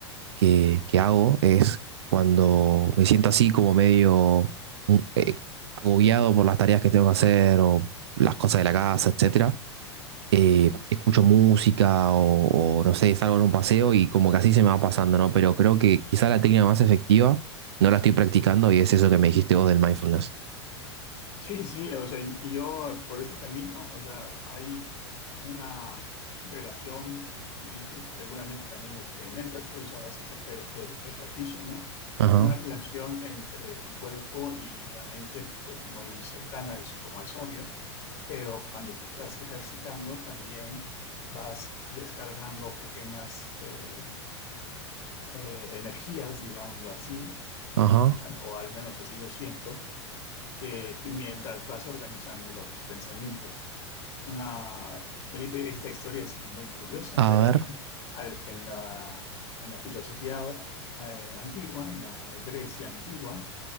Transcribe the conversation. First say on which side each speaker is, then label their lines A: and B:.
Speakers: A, on the right (about 65°); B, on the left (about 45°).
A: que, que hago es cuando me siento así como medio mm, eh, agobiado por las tareas que tengo que hacer o las cosas de la casa, etcétera, eh, escucho música o, o, no sé, salgo en un paseo y como que así se me va pasando, ¿no? Pero creo que quizá la técnica más efectiva no la estoy practicando y es eso que me dijiste vos del mindfulness.
B: Sí, sí, o sea, y- y yo por eso camino, o sea, hay una relación y tú seguramente también lo experimentas, por eso haces eh, eh, ejercicio, ¿no?
A: Ajá,
B: Hay una Ujú. relación entre tu cuerpo y la mente, pues muy cercana, es como es obvio, pero cuando te estás ejercitando también vas descargando pequeñas eh, eh, energías, digámoslo así,
A: ajá.
B: a- o al menos así lo siento que y mientras vas organizando los pensamientos. Una, e- e, esta historia es muy curiosa,
A: A
B: pero
A: ver,
B: al- en la, en la filosofía eh, antigua, en la Grecia antigua,